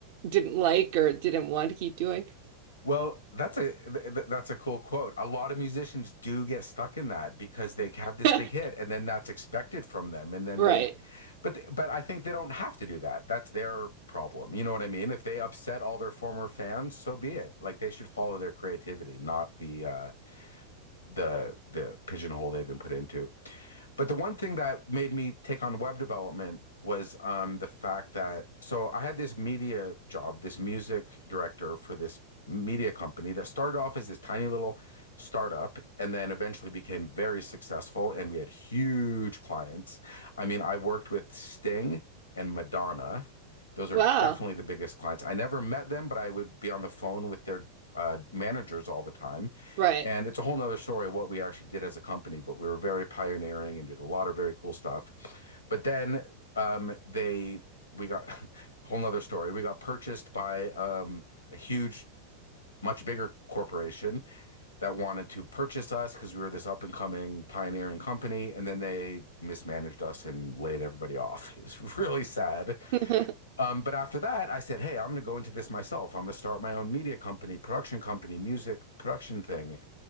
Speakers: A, on the right; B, on the left.
A: didn't like or didn't want to keep doing?
B: Well, that's a th th- that's a cool quote. A lot of musicians do get stuck in that because they have this
A: <laughs>
B: big hit and then that's expected from them and then
A: Right.
B: they but th- but I think they don't have to do that. That's their problem. You know what I mean? If they upset all their former fans, so be it. Like they should follow their creativity, not the uh the the pigeonhole they've been put into. But the one thing that made me take on web development was um, the fact that so I had this media job, this music director for this media company that started off as this tiny little startup and then eventually became very successful and we had huge clients. I mean, I worked with Sting and Madonna. Those are
A: Wow.
B: definitely the biggest clients. I never met them, but I would be on the phone with their uh, managers all the time.
A: Right.
B: And it's a whole nother story of what we actually did as a company, but we were very pioneering and did a lot of very cool stuff. But then um, they we got <laughs> a whole nother story. We got purchased by um, a huge, much bigger corporation that wanted to purchase us because we were this up and coming pioneering company. And then they mismanaged us and laid everybody off. It was <laughs> really sad.
A: <laughs>
B: Um, but after that, I said, hey, I'm going to go into this myself. I'm going to start my own media company, production company, music production thing.